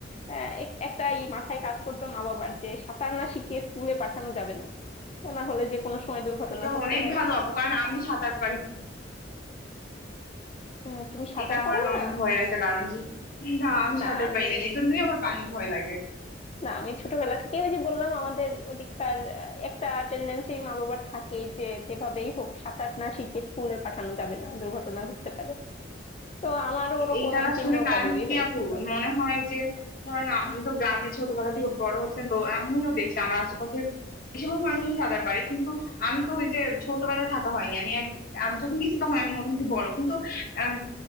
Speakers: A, on the left (about 35°); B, on the left (about 50°).
A: আহ, এক- একটা এই মাথায় কাজ করতো মা বাবার যে সাঁতার না শিখিয়ে স্কুলে পাঠানো যাবে না তা না হলে যে কোনো সময় দুর্ঘটনা
B: এটা
A: ঘটতে
B: অনেক
A: পারে
B: ভালো আপু কারণ আমি সাঁতার পারি না।
A: আহ, তুমি সাঁতার
B: এটা আমার
A: পারো না
B: অনেক ভয়ের একটা কারণ যে না আমি
A: না
B: সাঁতার
A: আমি
B: পারি না এই জন্যই আমার পানি ভয় লাগে
A: না আমি ছোটবেলা থেকে ওই যে বললাম আমাদের ওদিককার আহ, একটা টেন্ডেন্সি মা বাবার থাকেই যে যেভাবেই হোক সাঁতার না শিখে স্কুলে পাঠানো যাবে না দুর্ঘটনা ঘটতে পারে তো আমার ওরকম
B: এইটার
A: একদিন
B: আসলে
A: নৌকাডুবি
B: কারণ কি
A: হয়েছিল
B: আপু মনে হয় যে ধরেন আপনি তো গ্রামে ছোটবেলা থেকে বড় হয়েছেন তো আমিও দেখছি আমার আশেপাশের বেশিরভাগ মানুষই সাঁতার পারে কিন্তু আমি তো ওই যে ছোটবেলায় থাকা হয়নি আমি এক- আমি যখন গেছি তখন আমি মোটামুটি বড় কিন্তু আম,